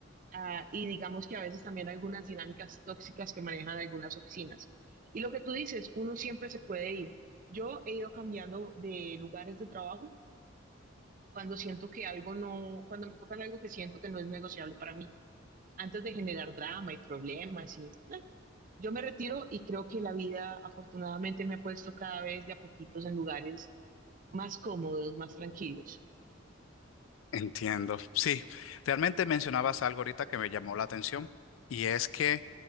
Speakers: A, on the right; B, on the left.
A: ah, y digamos que a veces también algunas dinámicas tóxicas que manejan algunas oficinas. Y lo que tú dices, uno siempre se puede ir. Yo he ido cambiando de lugares de trabajo cuando siento que algo no, cuando me tocan algo que siento que no es negociable para mí, antes de generar drama y problemas y no, yo me retiro y creo que la vida afortunadamente me ha puesto cada vez de a poquitos en lugares más cómodos, más tranquilos.
B: Entiendo. Sí, realmente mencionabas algo ahorita que me llamó la atención y es que